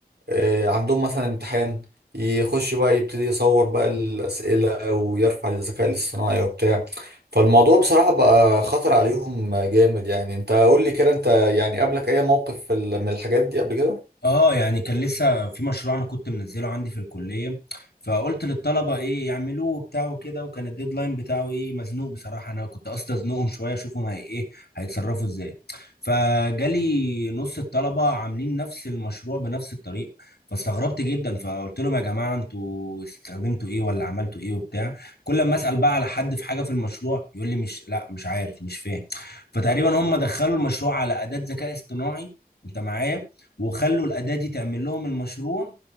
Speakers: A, on the right (about 85°); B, on the left (about 80°).
A: آه، عندهم مثلا امتحان يخش بقى يبتدي يصور بقى الاسئله ويرفع للذكاء الاصطناعي وبتاع فالموضوع بصراحة بقى خطر عليهم جامد يعني انت قول لي كده انت يعني قابلك اي موقف في ال- من الحاجات دي قبل كده؟
B: اه يعني كان لسه في مشروع انا كنت منزله عندي في الكليه فقلت للطلبه ايه يعملوه وبتاع وكده وكان الديدلاين بتاعه ايه مزنوق بصراحه انا كنت قصدي ازنقهم شويه اشوفهم هي ايه هيتصرفوا ازاي فجالي نص الطلبه عاملين نفس المشروع بنفس الطريقه فاستغربت جدا فقلت لهم يا جماعه انتوا استخدمتوا ايه ولا عملتوا ايه وبتاع كل ما اسال بقى على حد في حاجه في المشروع يقول لي مش لا مش عارف مش فاهم فتقريبا هم دخلوا المشروع على اداه ذكاء اصطناعي انت معايا وخلوا الاداه دي تعمل لهم المشروع